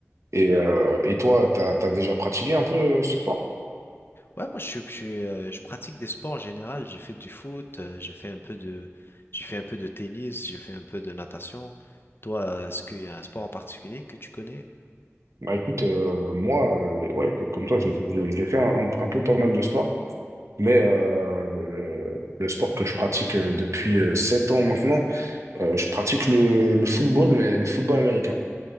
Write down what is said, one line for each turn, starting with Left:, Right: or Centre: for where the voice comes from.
Right: Et, euh, et toi, t'as, t'as déjà pratiqué un peu euh, ce sport?
Left: Ouais, moi, je suis, je suis, euh, je pratique des sports en général. J'ai fait du foot, euh, j'ai fait un peu de, j'ai fait un peu de tennis, j'ai fait un peu de natation. Toi, euh, est-ce qu'il y a un sport en particulier que tu connais?
Right: Bah écoute, euh, moi, euh, ouais, co- comme toi, j'ai j'ai- j'ai fait un, un- un peu pas mal de sport, mais euh, le, le sport que je pratique euh, depuis euh, sept ans maintenant, euh, je pratique le, le football, mais le football américain.